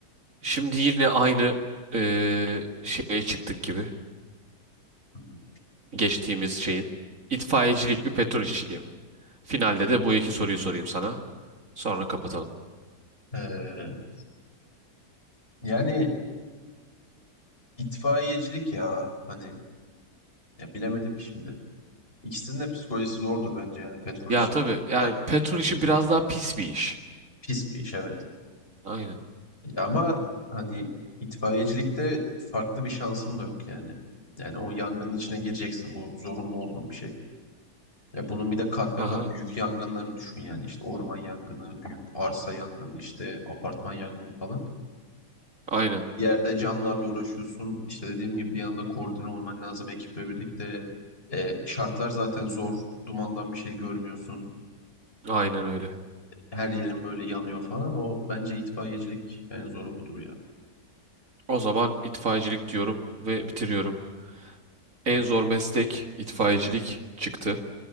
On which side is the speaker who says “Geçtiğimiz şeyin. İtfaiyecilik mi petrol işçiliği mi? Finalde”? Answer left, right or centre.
Right